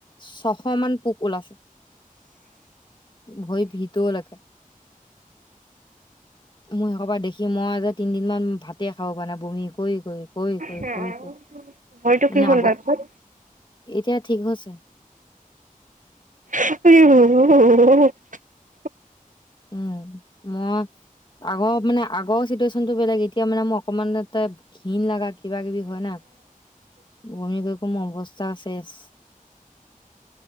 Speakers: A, on the left; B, on the right.
A: ছশ মান পোক ওলাইছে ভৰি ভিতৰলৈকে মোৰ সেইসোপা দেখি দেখি মই যে তিনদিন মান ভাতে খাব পৰা নাই বমি কৰি কৰি কৰি কৰি
B: ভৰিটো
A: কৰি কৰি মানে
B: কি হ'ল
A: আগৰ
B: তাৰপিছত?
A: এতিয়া ঠিক হৈছে
B: <unintelligible>
A: উম মই আগৰ মানে আগৰ চিটুৱেশ্যনটো বেলেগ এতিয়া মানে মোৰ অকমান এ ঘৃণ লগা কিবা কিবি হয় না বমি কৰি কৰি মোৰ অৱস্থা শেষ